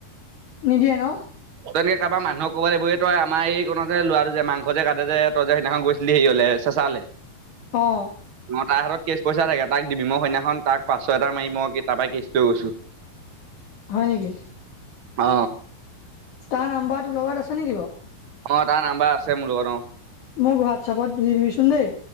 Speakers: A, on the left; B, on the right.
A: নিদিয়ে ন
B: তই এনে কাবা মানুহক ক'ব লাগিব এই তই আমাৰ এই কনতে যে লৰাটো যে মাংস যে কাটে যে তই যে সেইদিনাখন গৈছিলি। হেৰিঅলে- চেচা লে
A: অঁ
B: মতা হাতত- কেচ পইচা লাগে তাক দিবি মই সইদিনাখন তাক পাঁচশয় এটা মাৰি মই গিফ টাৰপৰাই কেচ লৈ গৈছো।
A: হয় নিকি।
B: অ
A: তাৰ নাম্বাৰ টো লগত আছে নিকি বাৰু
B: অ তাৰ নাম্বাৰ আছে মোৰ লগত অ
A: মোক হোৱাটছআপত দি দিবিচোন দেই